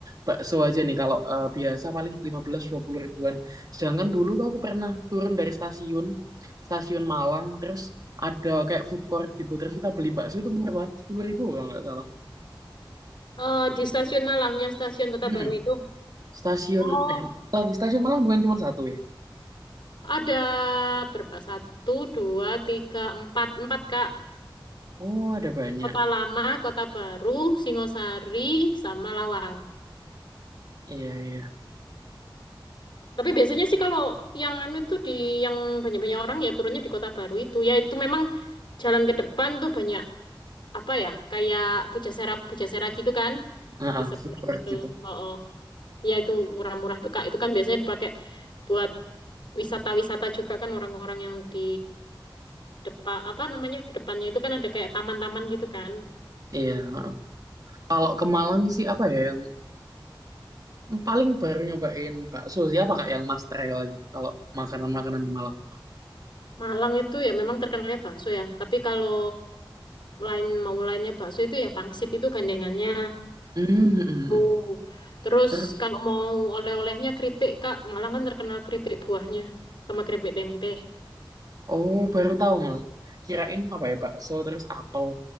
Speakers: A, on the right; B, on the left.
A: bakso aja nih kalau eh, biasa paling lima belas dua puluh ribuan. Sedangkan dulu tuh aku pernah turun dari stasiun stasiun Malang terus ada kayak food court gitu. Terus kita beli bakso itu murah banget 10 ribu kalau nggak salah.
B: Eh, di stasiun Malang ya, stasiun Kota
A: Mm-mm.
B: Baru itu.
A: Stasiun
B: Oh,
A: eh lagi stasiun Malang bukan cuma satu ya.
B: ada berapa? Satu, dua, tiga, empat. Empat, Kak.
A: Oh, ada banyak.
B: Kota Lama, Kota Baru, Singosari, sama Lawang.
A: Iya, iya.
B: Tapi biasanya sih kalau yang anu itu di yang banyak-banyak orang ya turunnya di Kota Baru itu. Ya itu memang jalan ke depan tuh banyak apa ya kayak pujasera-pujasera gitu kan
A: Heeh,
B: di seberang
A: food court
B: itu.
A: gitu.
B: Oh, oh. Ya itu murah-murah tuh Kak. Itu kan biasanya dipakai buat wisata-wisata juga kan orang-orang yang di depan apa namanya depannya itu kan ada kayak taman-taman gitu kan.
A: Iya. heeh. Kalau ke Malang sih apa ya yang paling baru nyobain bakso siapa kak yang mas try lagi kalau makanan-makanan di Malang.
B: Malang itu ya memang terkenalnya bakso ya. Tapi kalau lain mau lainnya bakso itu ya pangsit itu gandengannya.
A: Hmm, hmm, hmm.
B: Tuh.
A: hmm.
B: Terus
A: Terus
B: kalau mau oleh-olehnya keripik, Kak, Malang kan terkenal keripik buahnya sama keripik tempe.
A: oh baru tahu malah. Kirain apa ya bakso terus apel